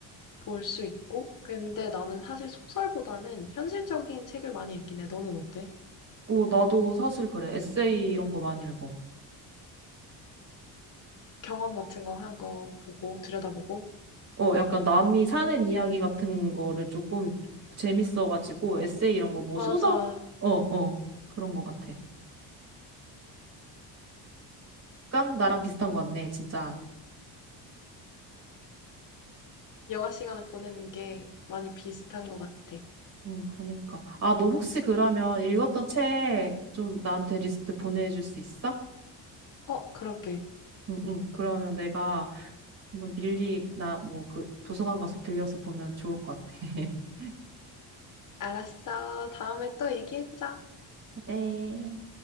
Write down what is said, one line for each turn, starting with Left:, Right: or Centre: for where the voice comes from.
Left: 볼 수 있고. 근데 나는 사실 소설보다는 현실적인 책을 많이 읽긴 해. 너는 어때?
Right: 어 나도 사실 그래 에세이 이런 거 많이 읽어
Left: 경험 같은 거 한 거 보고 들여다보고.
Right: 어, 약간 남이 사는 이야기 같은 거를 조금 재밌어가지고 에세이 이런 거 뭐
Left: 맞아.
Right: 소설? 어, 어, 그런 거 같아. 약간 나랑 비슷한 거 같네, 진짜.
Left: 여가 시간을 보내는 게 많이 비슷한 것 같아.
Right: 응, 그러니까. 아, 너 혹시 그러면 읽었던 책 좀 나한테 리스트 보내줄 수 있어?
Left: 어, 그렇게.
Right: 응, 응. 그러면 내가 한번 밀리나 뭐 그 도서관 가서 빌려서 보면 좋을 것 같아. <laughs>
Left: 알았어. 다음에 또 얘기해보자.
Right: 그래.